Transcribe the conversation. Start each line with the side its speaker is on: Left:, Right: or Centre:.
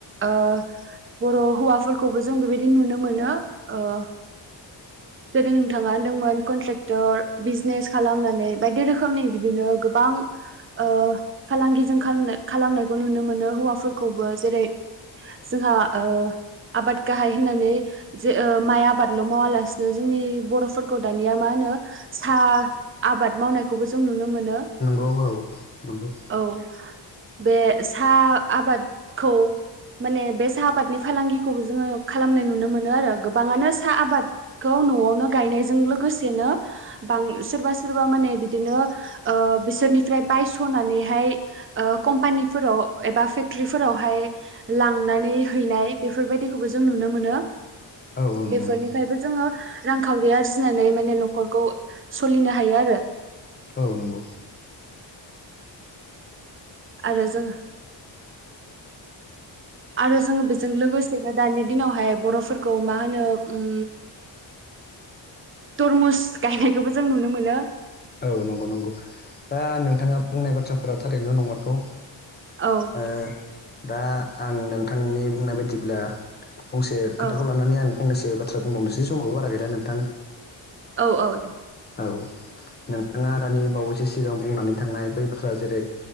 Right: ओ‌ बर' हौवाफोरखौबो जों बेबायदि नुनो मोनो। ओ जेरै नोंथाङा मोन कनट्रेक्टर बिजनेस खालामनानै बायदि रोखोमनि बिदिनो गोबां ओ फालांगिजों खालामनायखौ नुनो मोनो हौवाफोरखौबो जेरै जोंहा ओ आबाद गाहाय होननानै जे ओ माइ आबादल' मावालासिनो जोंनि बर'फोर खौ दानिया मा होनो साह आबाद मावनायखौबो जों नुनो मोनो।
Left: नंगौ औ नंगौ
Right: औ बे साह आबादखौ माने बे साहा आबादनि फालांगिखौबो जोङो खालामनाय नुनो मोनो आरो गोबाङानो साहा आबाद खौ न'आवनो गायनायजों लोगोसेनो बां सोरबा सोरबा माने बिदिनो ओ‌ बिसोरनिफ्राय बायस'नानैहाय ओ कम्पानिफोराव एबा फेक्टरिफोरावहाय लांनानै हैनाय बेफोरबायदिखौबो जों नुनो मोनो।
Left: औ औ नंगौ
Right: बेफोरनिफ्रायबो
Left: नंगौ
Right: जोङो रांखावरि आरजि फिनानै माने न'खरखौ सोलिनो हायो आरो।
Left: औ नंगौ।
Right: आरो जों आरो जोङो बेजों लोगोसे बिदिनो दानि दिनावहाय बर'फोरखौ मा होनो उम तरमुस गायनायखौबो जों नुनो मोनो।
Left: औ नंगौ - नंगौ दा नोंथाङा बुंनाय बाथ्राफोरा थारैनो नंमारगौ।
Right: औ
Left: ओ दा आं नोंथांनि बुंनाय बायदिब्ला फंसे खोथाखौ
Right: औ
Left: लानानै आं फंनैसो बाथ्रा बुंबावनोसै समाबो बारा गैला नोंथां।
Right: औ -औ दे।
Left: औ नोंथाङा दानि बावैसो सिगां बुंनानै थांनाय बै बाथ्रा जेरै